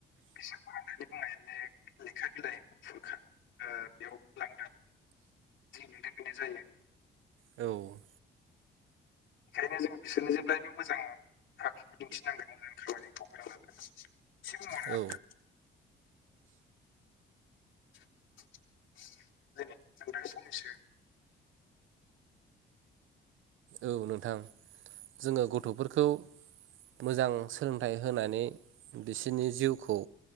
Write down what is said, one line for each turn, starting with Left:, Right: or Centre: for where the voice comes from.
Left: बिसोर फरायनायनि बुंनाय लेखा बिलाइ गुफुरखा बेयाव लांदों। जनो बेनो जायो।
Right: औ
Left: ओंखायनो जो बिसोरनो जेब्लायबो मोजां आखुखौ दिन्थिनांगोन मोजां खामानिखौ फोरनांगोन सबो मन
Right: औ
Left: उथो <unintelligible> जों दा साननैसो
Right: औ नोंथां जोङो गथ'फोरखौ मोजां सोलोंथाइ होनानै बिसोरनि जिउखौ